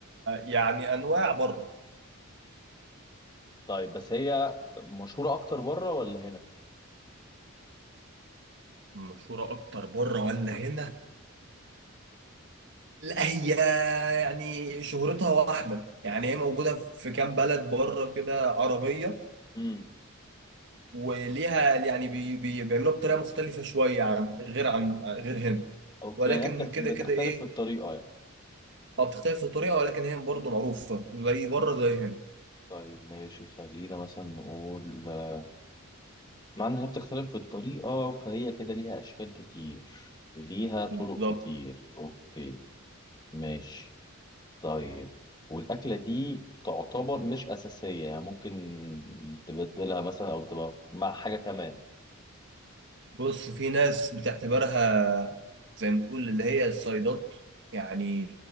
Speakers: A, on the right; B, on the left.
A: يعني انواع بره
B: طيب بس هي مشهورة أكتر بره ولا هنا
A: مشهوره اكتر بره ولا هنا لا هي يعني شهرتها واحده يعني هي موجوده في كام بلد بره كده عربيه
B: مم.
A: وليها يعني بي بي- بيعملوها بطريقه مختلفه شويه عن غير عن غير هنا
B: أوكي
A: ولكن
B: يعني هي بت-
A: كده
B: بتختلف
A: كده ايه
B: في الطريقة يعني
A: ما بتختلف في الطريقه ولكن هي برضه معروفه زي بره زي هنا
B: طيب ماشي خلينا مثلا نقول آه، معنى إن هي بتختلف في الطريقة فهي كده ليها أشكال كتير وليها طرق
A: بالظبط
B: كتير أوكي ماشي طيب والأكلة دي تعتبر مش أساسية يعني ممكن تبدلها مثلا أو تبقى مع حاجة كمان
A: بص في ناس بتعتبرها زي ما تقول اللي هي الصيدات يعني